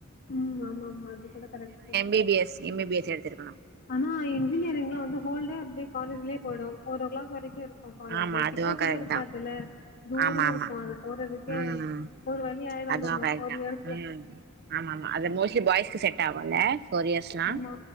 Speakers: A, on the left; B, on the right.
A: ம் ஆமா ஆமா அது கூட கரெகட்டு தா
B: B B S M B B S எடுத்திருக்கணு
A: ஆனா இன்ஜினியரிங்லா வந்து ஹோல்டே அப்டியே காலேஜ்லயே போயிடு ஃபோர் ஓ கிளாக் வரைக்கு இருக் காலேஜ்
B: ஆமா அதுவு
A: கிட்ட கூட
B: கரெக்ட்
A: இருக்காதுல
B: தா
A: தூரோ
B: ஆமா ஆமா
A: இருக்கு அது போறதுக்கே
B: ம்
A: ஒரு வழி ஆயிடுவோ
B: அதுவு
A: நம்ம
B: கரெக்ட்
A: ஃபோர்
B: தா
A: இயர்ஸ்ல
B: ம் ஆமா ஆமா அது மோஸ்ட்லி பாய்ஸ்க்கு செட் ஆகும்ல ஃபோர் இயர்ஸ்லா
A: ஆமா